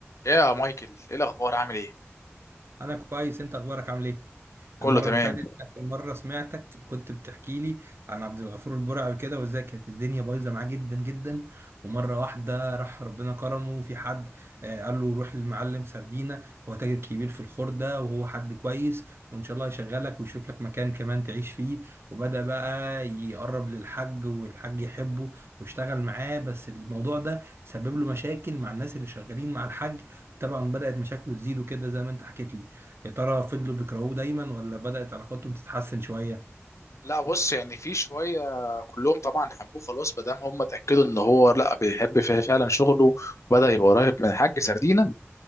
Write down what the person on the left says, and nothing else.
يا مايكل ايه الاخبار عامل ايه
كله
تمام
لا بص يعني في شويه كلهم طبعا حبوه خلاص ما دام هم اتاكدوا ان هو لا بيحب فيه فعلا شغله وبدا يبقى قريب من الحاج سردينه